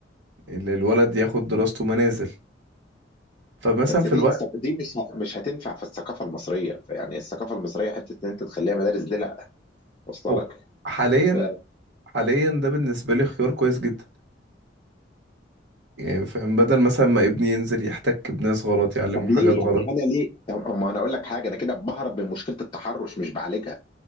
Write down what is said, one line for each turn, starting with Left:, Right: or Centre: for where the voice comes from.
Right: ال- الولد ياخد دراسته منازل فمثلا
Left: بس
Right: في
Left: دي
Right: الوقت
Left: دي مش مش هتنفع في الثقافه المصريه يعني الثقافه المصريه حته ان انت تخليها مدارس دي لا واصله
Right: هو
Left: لك
Right: حاليا
Left: ف-
Right: حاليا ده بالنسبة لي خيار كويس جدا يعني فاهم بدل مثلا ما ابني ينزل يحتك بناس غلط يعلمه
Left: طب
Right: حاجات
Left: ليه
Right: غلط
Left: يعني انا ليه طب- اما انا اقول لك حاجه انا كده بهرب من مشكله التحرش مش بعالجها